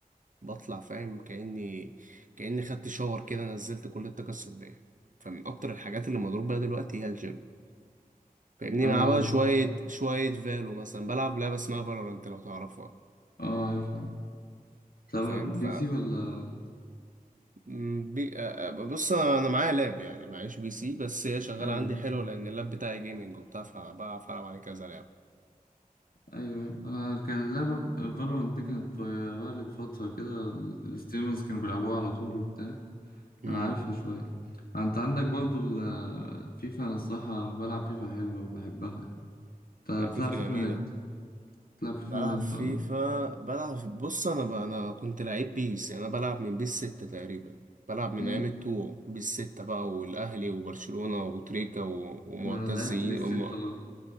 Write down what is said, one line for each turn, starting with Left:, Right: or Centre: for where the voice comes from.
Right: بطلع فاهم كأني كأني خدت شاور كده نزلت كل الطاقة السلبية فمن أكتر الحاجات اللي مضروب بيها دلوقتي هي الجيم فاهمني
Left: انا
Right: مع بقى شوية شوية فالو مثلا بلعب لعبة اسمها فالورانت لو تعرفها
Left: اه عارفها بتلعبها
Right: فاهم
Left: بي
Right: ف
Left: سي ولا
Right: م- بي... آه، آه، بص انا معايا لاب يعني معيش بي سي بس هي شغالة
Left: ايوه
Right: عندي حلو لان اللاب بتاعي جيمنج وبتاع فبعرف العب عليه كذا لعبة
Left: ايوه أيوه. انا كان لعبه فالورانت دي كانت فايرالت فتره كده الستريمرز كانوا بيلعبوها على طول وبتاع
Right: امم
Left: انا عارفها شويه انت عندك برضو الفيفا انا الصراحه بلعب فيفا حلوه وبحبها انت
Right: يعني
Left: بتلعب
Right: فيفا
Left: فيفا
Right: جميلة
Left: من امتى بتلعب فيفا
Right: بلعب
Left: من امتى
Right: فيفا
Left: ولا
Right: بلعب بص انا ب... انا كنت لعيب بيس يعني انا بلعب من بيس ستة تقريبا بلعب من
Left: مم.
Right: ايام التو بيس ستة بقى والاهلي وبرشلونة وابو تريكة و... ومعتز
Left: انا لعبت
Right: إيه-
Left: بيس
Right: وم-
Left: 6 برضه